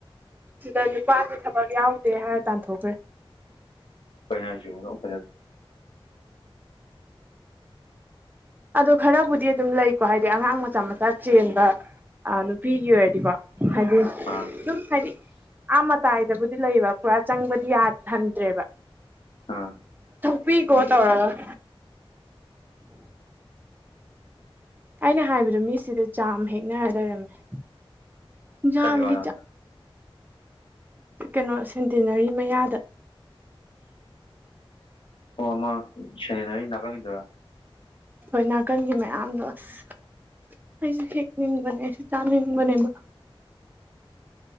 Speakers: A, on the right (about 20°); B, on the left (about 60°).
A: ꯑꯗꯨꯗ ꯅꯨꯄꯥꯗꯨ ꯊꯛ ꯌꯥꯎꯗꯦ ꯍꯥꯏꯔ ꯇꯥꯟꯊꯣꯛꯈ꯭ꯔꯦ
B: ꯀꯩꯅꯅ ꯑꯗꯨ
A: ꯑꯗ ꯈꯔꯕꯨꯗꯤ ꯑꯗꯨꯝ ꯂꯩꯀꯣ ꯍꯥꯏꯗꯤ ꯑꯉꯥꯡ ꯃꯆꯥ ꯃꯆꯥ ꯆꯦꯟꯕ ꯑ ꯅꯨꯄꯤꯒꯤ ꯑꯣꯏꯔꯗꯤꯀꯣ ꯍꯥꯏꯗꯤ
B: ꯑꯥ
A: ꯁꯨꯝ ꯍꯥꯏꯗꯤ ꯑꯥ ꯃꯇꯥꯏꯗꯕꯨꯗꯤ ꯂꯩꯕ ꯄꯨꯔꯥ ꯆꯪꯕꯗꯤ ꯌꯥꯍꯟꯗ꯭ꯔꯦꯕ
B: ꯑꯥ
A: ꯄꯤꯒꯇꯥ ꯋꯥꯔꯒ ꯑꯩꯅ ꯍꯥꯏꯕꯗꯣ ꯃꯤꯁꯤꯗ ꯌꯥꯝ ꯍꯦꯛꯅ ꯂꯩꯔꯝꯃꯦ ꯌꯥꯥꯡꯒ
B: ꯀꯥꯏ ꯖꯒꯥꯗ
A: ꯆ ꯀꯩꯅꯣ ꯁꯦꯟꯇꯤꯅꯔꯤ ꯃꯌꯥꯗ
B: ꯑꯣꯃ ꯁꯦꯔꯅꯔꯤ ꯅꯥꯀꯪꯈꯤꯗꯔꯥ
A: ꯍꯣꯏ ꯅꯥꯀꯟꯒꯤ ꯃꯌꯥꯝꯗꯣ ꯑꯁ ꯑꯩꯁꯨ ꯊꯦꯛꯅꯤꯡꯕꯅꯦ ꯑꯩꯁꯨ ꯆꯥꯅꯤꯡꯕꯅꯦꯕ